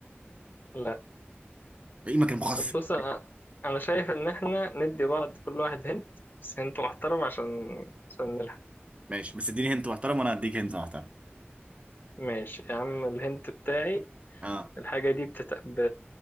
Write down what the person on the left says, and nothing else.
لا
طب بص أنا أنا شايف إن إحنا ندي بعض كل واحد هنت بس هنت محترم عشان عشان نلحق
ماشي يا عم الهنت بتاعي
الحاجة دي بتت... ب...